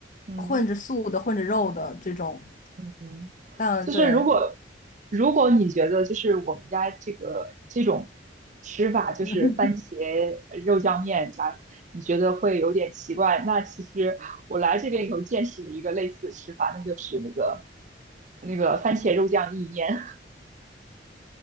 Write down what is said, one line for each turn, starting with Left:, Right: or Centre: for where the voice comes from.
Right: 嗯。
Left: 混着素的，混着肉的这种。
Right: 嗯，
Left: 嗯，
Right: 就是如果
Left: 对。
Right: 如果你觉得就是我们家这个这种吃法，就是番茄
Left: <laughs>
Right: 呃肉酱面啥，你觉得会有点奇怪，那其实我来这边以后见识了一个类似的吃法，那就是那个那个番茄肉酱意面，